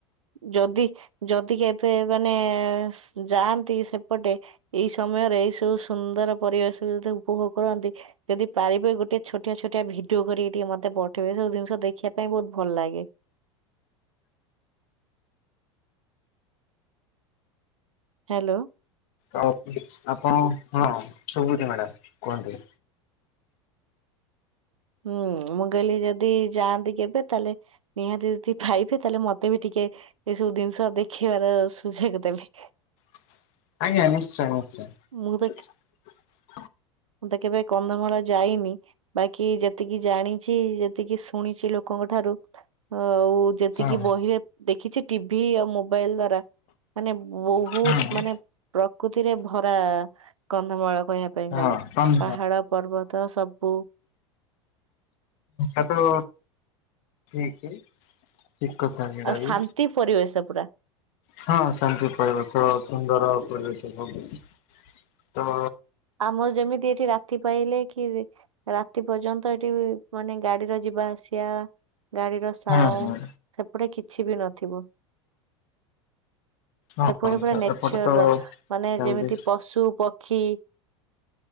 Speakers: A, on the right (about 80°); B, on the left (about 50°).
A: ଯଦି, ଯଦି କେଭେ ମାନେ- ଯାଆନ୍ତି ସେପଟେ ଏଇ ସମୟରେ ଏଇ ସବୁ ସୁନ୍ଦର ପରିବେଶ ଯେତେ ଉପଭୋଗ କରନ୍ତି। ଯଦି ପାରିବେ ଗୋଟେ ଛୋଟିଆ ଛୋଟିଆ ଭିଡିଓ କରିକି ଟିକେ ମତେ ପଠେଇବେ ସବୁ ଜିନିଷ ଦେଖିବା ପାଇଁ ବହୁତ ଭଲ ଲାଗେ। ହାଲୋ।
B: ଆ ଆପଣ ହଁ ଶୁଭୁଚି ମ୍ୟାଡାମ କୁହନ୍ତୁ।
A: ହୁଁ ମୁଁ କହିଲି ଯଦି ଯାଆନ୍ତି କେବେ ତାହେଲେ ନିହାତି ଯଦି ଫାଇବେ ତାହେଲେ ମତେ ବି ଟିକେ ଟିକେ ଏସବୁ ଜିନିଷ ଦେଖିବାର ସୁଯୋଗ ଦେବେ।
B: ଆଜ୍ଞା ନିଶ୍ଚୟ
A: ମୁଁ
B: ନିଶ୍ଚୟ।
A: ତ ମୁଁ ତ କେବେ କନ୍ଧମାଳ ଯାଇନି। ବାକି ଯେତିକି ଜାଣିଛି ଯେତିକି ଶୁଣିଛି ଲୋକଙ୍କ ଠାରୁ ଆଉ ଯେତିକି
B: ହଁ
A: ବହିରେ ଦେଖିଛି ବି ଆଉ ମୋବାଇଲ ଦ୍ଵାରା ମାନେ ବହୁତ
B: ହଁ
A: ମାନେ ପ୍ର ପ୍ରକୃତିରେ ଭରା କନ୍ଧମାଳ। କହିବା ପାଇଁ ଗଲେ
B: ହଁ ଧନ୍ୟବାଦ।
A: ପାହାଡ, ପର୍ବତ ସବୁ
B: ଆଚ୍ଛା ତ ଠିକ ଠିକ କଥା ସେଟାବି
A: ଆଉ ଶାନ୍ତି ପରିବେଶ ପୁରା
B: ହଁ ଶାନ୍ତି ପାଇବ ସୁନ୍ଦର <unintelligible> ତ
A: ଆମର ଯେମିତି ଏଠି ରାତି ପାଇଲେ କି ରାତି ପର୍ଯ୍ୟନ୍ତ ଏଠି ମାନେ ଗାଡିର ଯିବା ଆସିବା ଗାଡିର ସାଉଣ୍ଡ
B: ହଁ ହଁ
A: ଏପଟେ କିଛି ବି ନଥିବ।
B: ହଁ
A: ସେପଟେ ପୁରା ନେଚର
B: ଏପଟେ ତ
A: ର ମାନେ
B: ସେମିତି
A: ଯେମିତି ପଶୁ, ପକ୍ଷୀ